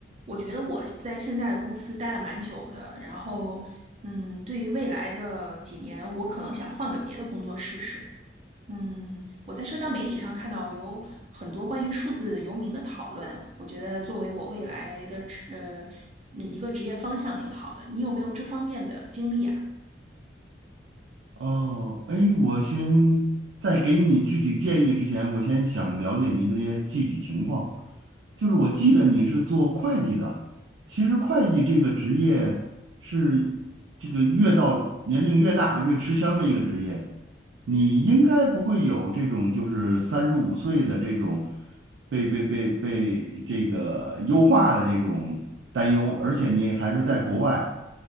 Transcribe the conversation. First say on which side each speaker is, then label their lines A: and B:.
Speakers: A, on the right; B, on the right.
A: 我觉得我在现在的公司待了蛮久的，然后，嗯，对于未来的几年，我可能想换个别的工作试试。嗯，我在社交媒体上看到有很多关于数字游民的讨论，我觉得作为我未来的职，呃，嗯一个职业方向挺好的。你有没有这方面的经历啊？
B: 哦，哎，我先在给你具体建议之前，我先想了解你一些具体情况。就是我记得你是做会计的，其实会计这个职业是这个越到年龄越大越吃香的一个职业。你应该不会有这种就是三十五岁的这种被被被被这个优化的这种担忧，而且你还是在国外，